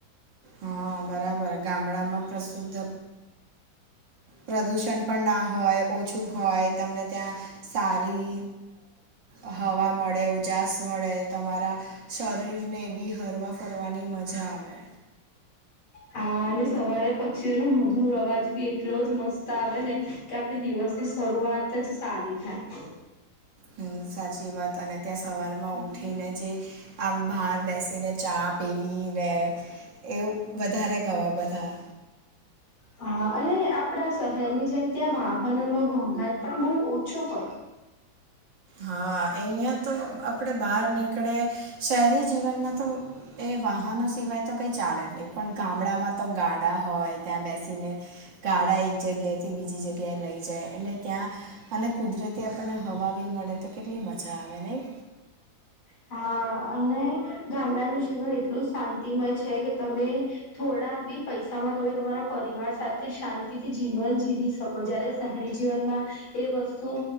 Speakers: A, on the right; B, on the left.
A: હા, બરાબર ગામડામાં પ્રસુદ્ધ પ્રદૂષણ પણ ના હોય ઓછું હોય તમને ત્યાં સારી અ હવા મળે ઉજાસ મળે તમારા શરીરને બી હરવા ફરની મજા આવે.
B: હા, અને સવારે પક્ષીઓનો મધુર અવાજ બી એટલો જ મસ્ત આવેને કે આપણી દિવસની શરૂઆત જ સારી થાય.
A: હમ, સાચી વાત અને, ત્યાં સવારમાં ઉઠીને જે આમ બહાર બેસીને ચા પીવીને એવું વધારે ગવા બધા
B: હા, અને આપણા શહેરની જેમ ત્યાં વાહનનો ઘોંઘાટ પણ બહુ ઓછો પય.
A: હા અહંયા તો આપણે બહાર નીકળે શહેરી જીવનમાં તો એ વાહનો સિવાય તો કંઈ ચાલે જ નહીં પણ ગામડામાં તો ગાડા હોય ત્યાં બેસીને ગાડા એક જગ્યાએથી બીજી જગ્યાએ લઈ જાય એટલે ત્યાં અને કુદરતી આપણને હવા બી મળે તો કેટલી મજા આવે નહી.
B: <unintelligible> હા, અને ગામડાનું જીવન એટલું શાંતિમય છે કે તમે થોડાબી પૈસામાં તમે તમારા પરિવાર સાથે શાંતિ થી જીવન જીવી શકો. જયારે શહેરી જીવનમાં એ વસ્તુ